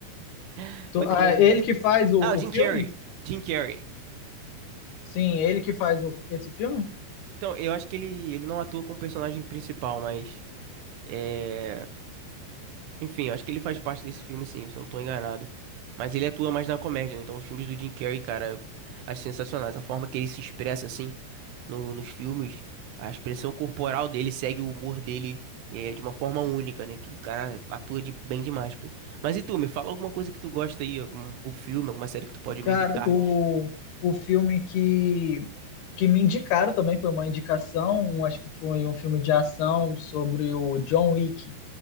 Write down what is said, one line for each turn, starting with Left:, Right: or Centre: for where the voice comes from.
Right: <laughs>
Left: Tu-
Right: Como é que
Left: ah,
Right: é o nome
Left: é
Right: dele?
Left: ele que faz o,
Right: Ah, o
Left: o
Right: Jim
Left: filme?
Right: Carrey. Jim Carrey.
Left: Sim, ele que faz o- esse filme?
Right: Então, eu acho que ele, ele não atua como personagem principal, mas. é, Enfim, acho que ele faz parte desse filme, sim, se eu não tô enganado. Mas ele atua mais na comédia, né? Então, os filmes do Jim Carrey, cara, acho sensacionais. A forma que ele se expressa, assim, no- nos filmes, a expressão corporal dele segue o humor dele é, de uma forma única, né? Que o cara atua de, bem demais, pô. Mas e tu, me fala alguma coisa que tu gosta aí, algum, algum filme, alguma série que tu pode
Left: Cara,
Right: me indicar.
Left: o, o filme que, que me indicaram também foi uma indicação, um- acho que foi um filme de ação sobre o John Wick.